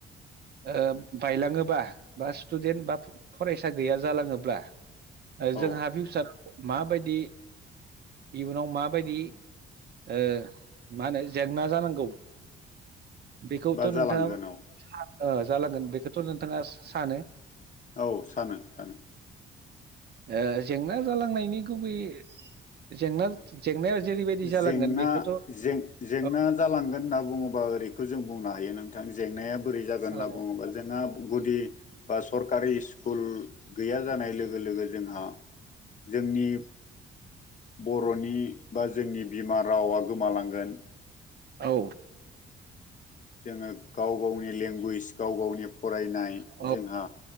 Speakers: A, on the right (about 55°); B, on the left (about 40°).
A: ओ बायलाङोबा बा स्टुडेन्ट बा फरायसा गैया जालाङोब्ला ओ
B: औ
A: जोंहा फिउसाराव माबायदि इयुनाव माबायदि ओ मा होनो जेंना जानांगौ बेखौथ'
B: बा
A: नोंथाङा
B: जालांगोन औ
A: ओ जालांगोन बेखौथ' नोंथाङा सानो
B: औ सानो सानो
A: ओ जेंना जालांनायनि गुबै जेंना जेंनाया जेरैबायदि जालांगोन
B: जेंना
A: बेखौथ'
B: जेंना
A: औ
B: जालांगोन होनना बुङोबा ओरैखौ जों बुंनो हायो नोंथां जेंनाया बोरै जागोन होनना
A: औ
B: बुङोबा जोंहा गुदि बा सरकारि स्कुल गैया जानाय लोगो लोगो जोंहा जोंनि बर'नि बा जोंनि बिमा रावा गोमालांगोन
A: औ
B: जोङो गाव गावनि लेंगुवेज गाव गावनि फरायनाय
A: औ
B: जोंहा